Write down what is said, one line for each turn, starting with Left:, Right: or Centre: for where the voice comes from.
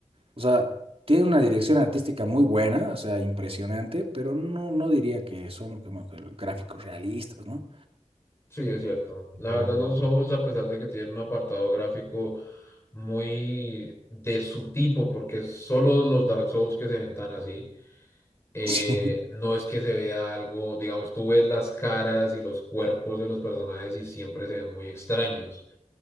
Right: o sea, tienen una dirección artística muy buena, o sea, impresionante, pero no, no diría que son como que gráficos realistas, ¿no?
Left: Sí, es cierto. La
Right: O-
Left: verdad, los Souls, a pesar de que tienen un apartado gráfico muy de su tipo, porque solo los Dark Souls que se ven tan así, eh,
Right: <laughs> Sí.
Left: no es que se vea algo, digamos, tú ves las caras y los cuerpos de los personajes y siempre se ven muy extraños.